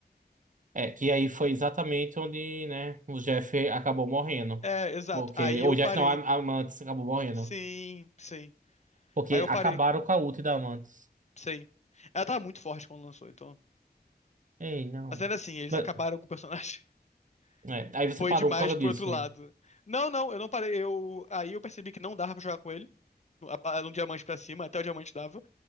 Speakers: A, on the right; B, on the left.
A: É, que aí foi exatamente onde, né, o Jeff acabou morrendo.
B: É, exato.
A: Porque,
B: Aí
A: ou
B: eu
A: o Jeff
B: parei.
A: não, a a Amantes acabou morrendo.
B: Sim, sim.
A: Porque
B: Aí eu
A: acabaram
B: parei.
A: com a ult da Amantes.
B: Sim. Ela tava muito forte quando lançou, então.
A: Ei, não.
B: Mas ainda assim, eles
A: Mas-
B: acabaram com o personagem.
A: é,
B: <laughs>
A: aí você
B: Foi
A: parou
B: demais
A: por causa
B: pro
A: disso,
B: outro lado.
A: não?
B: Não, não, eu não parei. Eu... Aí eu percebi que não dava pra jogar com ele. Um diamante pra cima, até o diamante dava.